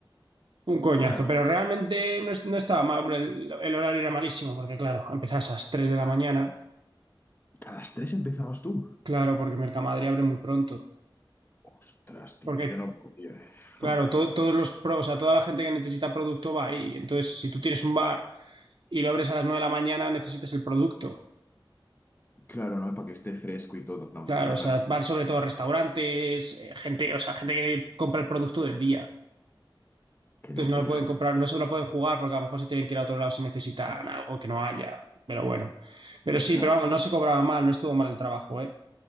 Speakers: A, on the right (about 65°); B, on the left (about 25°).
A: Un coñazo.
B: Claro,
A: Pero realmente no, es- no estaba mal, hombre, el, el horario era malísimo, porque claro, empezás a las 3 de la mañana,
B: a las tres empezabas tú.
A: claro, porque Mercamadrid abre muy pronto.
B: Ostras, tío,
A: Porque,
B: yo no podía.
A: claro,
B: <laughs>
A: to- todos los pros, o sea, toda la gente que necesita producto va ahí. Entonces, si tú tienes un bar y lo abres a las 9 de la mañana, necesitas el producto.
B: Claro, no, para que esté fresco y todo, no,
A: Claro,
B: me
A: o
B: hace-
A: sea, van sobre todo restaurantes, eh, gente, o sea, gente que compra el producto del día.
B: qué
A: Entonces
B: locura,
A: no lo pueden
B: eh.
A: comprar, no se lo pueden jugar porque a lo mejor se tienen que ir a otro lado si necesitan algo que no haya. Pero bueno. Pero sí,
B: Ya
A: pero vamos, no se cobraba mal, no estuvo mal el trabajo, ¿eh?